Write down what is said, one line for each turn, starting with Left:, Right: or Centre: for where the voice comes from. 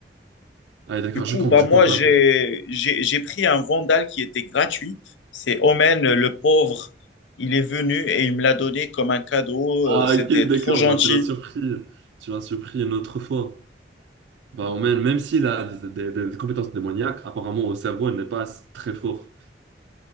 Right: Allez, d'accord,
Left: Du coup,
Right: je compte,
Left: bah
Right: je
Left: moi,
Right: compte
Left: j'ai,
Right: maintenant.
Left: j'ai, j'ai pris un vandal qui était gratuit. C'est Omen, le pauvre. Il est venu et il me l'a donné comme un cadeau.
Right: Ah,
Left: Euh, C'était
Right: ok,
Left: trop
Right: d'accord,
Left: gentil.
Right: bah, tu l'as surpris. Tu l'as surpris une autre fois. Bah, on même, même s'il a des, des- des- des compétences démoniaques, apparemment, au cerveau, il n'est pas très fort.